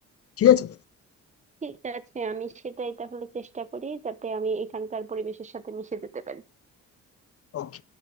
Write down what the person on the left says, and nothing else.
ঠিক আছে
ওকে